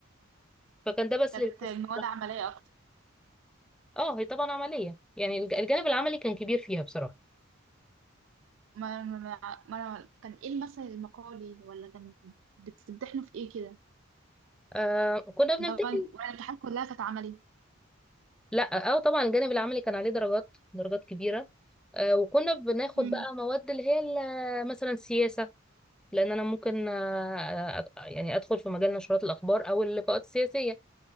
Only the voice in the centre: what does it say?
فكان ده بس
للناس
اه هي طبعا عمليه يعني الج- الجانب العملي كان كبير فيها بصراحه
آه كنا بنمتحن
لا اه طبعا الجانب العملي كان عليه درجات درجات كبيره آه وكنا بناخد
بقى مواد اللي هي ال- مثلا سياسه لان انا ممكن آه آه، يعني ادخل في مجال نشرات الاخبار او اللقاءات السياسيه